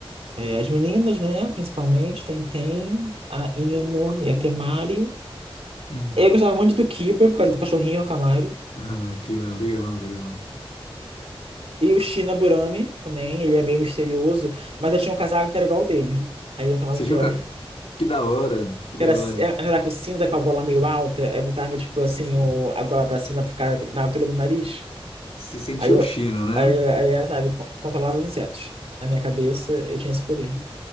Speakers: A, on the right; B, on the left.
A: É, as meninas, né? Principalmente, Tenten, a Ino e a Temari.
B: Hum.
A: Eu gostava muito do Kiba, por causa do cachorrinho, o Camaro.
B: Ah, que legal, legal.
A: E o Shina Burami também, ele é meio misterioso, mas eu tinha um casaco que era igual ao dele. Aí eu falava
B: Você
A: que
B: viu
A: era.
B: que, que da hora, que
A: Era,
B: da hora.
A: era com cinza com a gola meio alta, eu botava, tipo, assim,
B: Assim,
A: o, a gola pra cima pra ficar na altura do nariz.
B: se sentiu
A: Aí eu,
B: o chino, né?
A: aí, eu- aí ela, sabe, co- controlava os insetos. Na minha cabeça, eu tinha esse poder.